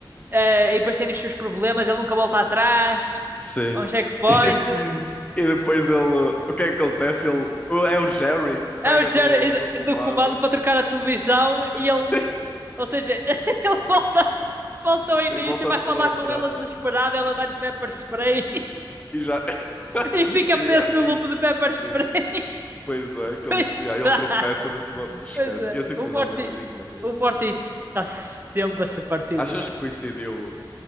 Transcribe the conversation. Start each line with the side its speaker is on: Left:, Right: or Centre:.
Right: eh, e depois tem os seus problemas, ele nunca volta atrás.
Left: Sim.
Right: É um checkpoint.
Left: <laughs> E depois ele. O que é que acontece? Ele, o- é o Jerry que
Right: É
Left: pega
Right: o Jared
Left: no, no comando.
Right: do comando para trocar a televisão
Left: <laughs>
Right: e ele, ou seja, <laughs> ele volta, volta ao
Left: Sim,
Right: início,
Left: sim, volta
Right: vai
Left: tudo
Right: falar
Left: atrás.
Right: com ela desesperada, ela dá-lhe pepper spray.
Left: E já. <laughs>
Right: e fica
Left: E,
Right: preso
Left: ah,
Right: no
Left: incrível.
Right: loop do Pepper Spray. <laughs>
Left: Pois é, que
Right: Pois
Left: ele, e aí ele
Right: tá.
Left: tropeça no que Esquece.
Right: Pois é,
Left: Esse episódio
Right: o Morty,
Left: é lindo, é lindo.
Right: o Morty está sempre a ser partido,
Left: Achas
Right: né?
Left: que coincidiu